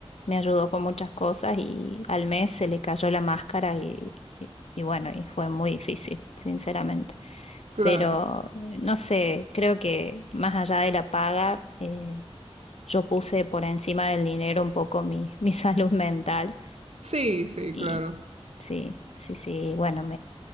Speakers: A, on the left; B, on the right.
A: me ayudó con muchas cosas y al mes se le cayó la máscara y, y- y bueno, y fue muy difícil, sinceramente.
B: Claro.
A: Pero eh, no sé, creo que más allá de la paga, eh, yo puse por encima del dinero un poco mi, <laughs> mi salud mental
B: Sí, sí,
A: y
B: claro.
A: sí, sí, sí, bueno,